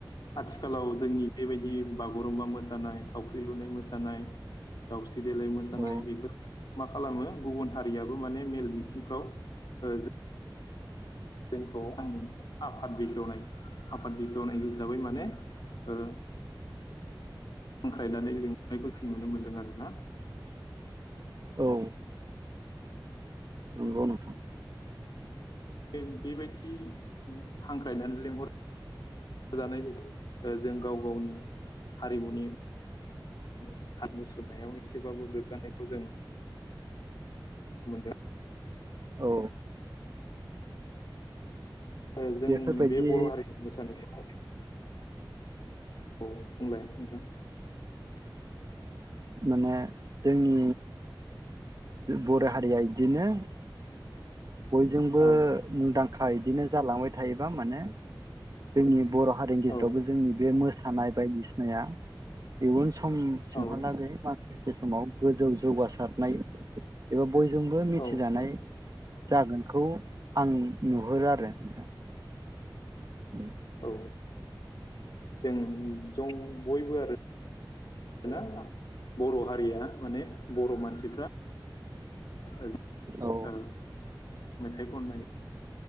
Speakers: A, on the left; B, on the right.
A: आथिखालाव जोंनि बेबायदि बागुरुम्बा मोसानाय थावख्रि लुनाय मोसानाय दावस्रि देलाय मोसानाय
B: औ
A: बेफोरखौ मा खालामो गुबुन हारियाबो माने मेल बिथिंफ्राव ओ जोंखौ आगोन बेखौ <unintelligible> आफाद बेखेवनाय आफाद बेखेवनाय हिसाबै माने ओ हांख्रायनानै लिंहरनायखौ जों नुनो मोनदों आरो ना
B: औ नंगौ
A: उम
B: नोथां।
A: बे बेबायदि हांख्रायनानै लेंहर जानाय हिसाबै जों गाव गावनि हारि हारिमुनि <unintelligible> सुरनायाव एसेबाबो गोग्गानायखौ जों मोनदों।
B: औ
A: ओ जों
B: बेफोरबायदि
A: बे बर' हारिखौ मोसानायखौ औ बुलाय नोंथां।
B: माने जोंनि बर' हारिया इदिनो बयजोंबो
A: औ
B: मुंदांखा इदिनो जालांबाय थायोबा माने जोंनि बर' हारिनि गेजेरावबो
A: औ
B: जोंनि बे मोसा सानाय बायदिसि नाया इयुन सम सिमहा
A: औ
B: लागै मा एसे समाव गोजौ जौगासारनाय एबा बयजोंबो मिथिजानाय
A: औ
B: जागोन खौ आं नुहरो आर <unintelligible> नोंथां। लांदां
A: औ जों जं बयबो आरो। रोना बर' हारिया माने बर' मानसिफ्रा ओज
B: औ
A: ओ मेथाइ खननाय